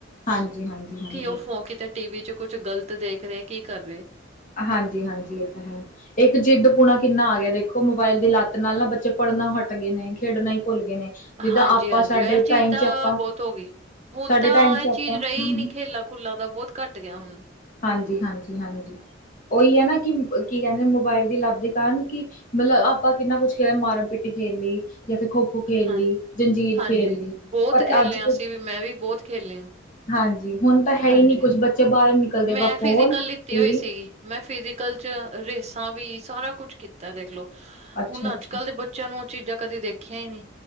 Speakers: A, on the left; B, on the right.
A: ਹਾਂਜੀ-ਹਾਂਜੀ, ਹਾਂਜੀ। ਹਾਂਜੀ।
B: ਕੀ ਉਹ ਫੋ ਕਿਤੇ ਟੀ ਵੀ ਚ ਕੁਛ ਗ਼ਲਤ ਦੇਖ ਰਹੇ ਕੀ ਕਰ ਰਹੇ?
A: ਹਾਂਜੀ, ਹਾਂਜੀ ਇਹ ਤਾਂ ਹੈ। ਇੱਕ ਜਿੱਦਪੁੁਣਾ ਕਿੰਨਾ ਆ ਗਿਆ ਦੇਖੋ ਮੋਬਾਇਲ ਦੀ ਲੱਤ ਨਾਲ ਨਾ ਬੱਚੇ ਪੜ੍ਹਨਾ ਹੱਟ ਗਏ ਨੇ ਖੇਡਣਾ ਹੀ ਭੁੱਲ ਗਏ ਨੇ। ਜਿੱਦਾਂ
B: ਹਾਂਜੀ,
A: ਆਪਾਂ
B: ਹਾਂਜੀ
A: ਸਾਡੇ
B: ਐਹ ਚੀਜ਼
A: ਟਾਈਮ
B: ਤਾਂ
A: ਚ ਆਪਾਂ
B: ਬਹੁਤ ਹੋ ਗਈ। ਹੁਣ
A: ਸਾਡੇ
B: ਤਾਂ
A: ਟਾਈਮ ਚ
B: ਇਹ
A: ਆਪਾਂ
B: ਚੀਜ਼ ਰਹੀ
A: ਹੂੰ,
B: ਨਈ ਖੇਲਾਂ ਖੂਲਾਂ ਦਾ ਬਹੁਤ ਘੱਟ ਗਿਆ ਹੁਣ।
A: ਹਾਂਜੀ, ਹਾਂਜੀ, ਹਾਂਜੀ। ਉਹੀ ਹੈ ਨਾ ਕਿ ਕੀ ਕਹਿੰਦੇ ਮੋਬਾਇਲ ਦੀ ਲੱਤ ਦੇ ਕਾਰਨ ਕਿ, ਮਤਲਬ ਆਪਾਂ ਕਿੰਨਾ ਕੁਛ ਖੇਲ ਮਾਰਨ ਪਿੱਟੀ ਖੇਡ ਲਈ ਜਾਂ ਫੇਰ ਖੋੋ ਖੋ ਖੇਲ
B: ਹਾਂ
A: ਲਈ, ਜੰਜੀਰ
B: ਹਾਂਜੀ
A: ਖੇਲ ਲਈ,
B: ਬਹੁਤ
A: ਪਰ
B: ਖੇਲੇ
A: ਅੱਜ ਕੁਛ
B: ਆ ਅਸੀਂ ਵੀ ਮੈਂ ਵੀ ਬਹੁਤ ਖੇਲੀ ਆ
A: ਹਾਂਜੀ ਹੁਣ ਤਾਂ ਹੈ
B: ਹਾਂਜੀ
A: ਹੀ ਨਹੀਂ ਕੁਛ, ਬੱਚੇ ਬਾਹਰ ਨਿਕਲਦੇ
B: ਮੈਂ
A: ਬਸ ਫੋਨ,
B: ਫਿਜ਼ੀਕਲ ਲਿੱਤੀ
A: ਟੀਵੀ।
B: ਹੋਈ ਸੀਗੀ ਮੈਂ ਫਿਜ਼ੀਕਲ 'ਚ ਰੇਸਾਂ ਵੀ, ਸਾਰਾ ਕੁਛ ਕੀਤਾ ਦੇਖਲੋ,
A: ਅੱਛਾ-ਅੱਛਾ,
B: ਹੁਣ ਅੱਜ- ਕੱਲ ਦੇ ਬੱ ਬੱਚਿਆ ਨੂੰ ਉਹ ਚੀਜ਼ਾਂ ਕਦੇ ਦੇਖੀਆਂ ਹੀ ਨਹੀਂ।